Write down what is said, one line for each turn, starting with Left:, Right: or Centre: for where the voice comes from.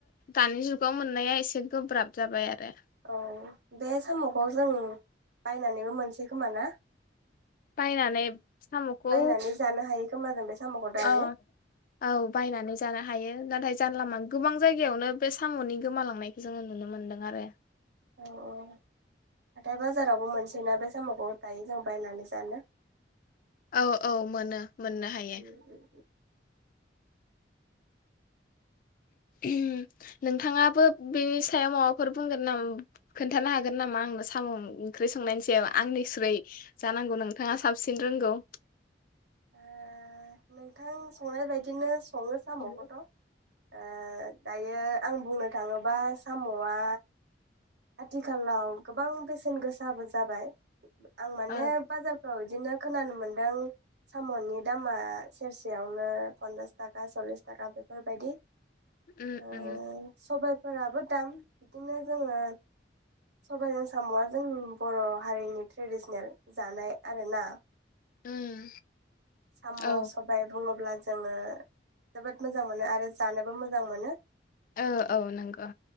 Left: दानि जुगाव मोननाया एसे गोब्राब जाबाय आरो
Right: औ बे साम'खौ जों बायनानै बो मोनसै खोमा ना?
Left: बायनानै साम'खौ
Right: बायनानै जानो हायो खोमा जों बे साम'खौ दायो
Left: औ औ बायनानै जानो हायो नाथाय जानलालामा गोबां जायगायावनो बे साम'नि गोमालांनायखौ जोङो नुनो मोनदों आरो।
Right: औ औ हाथाय बाजारावबो मोनसै ना बे साम'खौ दायो जों बायनानै जानो
Left: औ औ मोनो मोननो हायो।
Right: उम उम
Left: उम नोंथाङाबो
Right: उम
Left: बे सायाव माबाफोर बुंगोन नामा खोनथानो हागोन नामा आंनो साम' ओंख्रि संनायनि सायाव आंनिस्रय जानांगौ नोंथाङा साबसिन रोंगौ।
Right: ओ नोंथां संनाय बायदिनो सङो साम'खौथ'
Left: औ
Right: ओ दायो आं बुंनो थाङोब्ला। साम'आ आथिखालाव गोबां बेसेन गोसाबो जाबाय आं माने
Left: औ
Right: बाजारफ्राव इदिनो खोनानो मोनदों। साम'नि दामा सेरसेयावनो पन्सास थाखा सल्लिस थाखा बेफोरबायदि
Left: उम
Right: ओ
Left: उम
Right: सबाय फोराबो दाम बिदिनो जोङो। सबायजों साम'या जोंनि बर' हारिनि ट्रेडिसनेल जानाय आरो ना।
Left: उम
Right: साम'
Left: औ
Right: सबाय बुङोब्ला जोङो जोबोद मोजां मोनो आरो जानोबो मोजां मोनो।
Left: औ औ नोंगौ।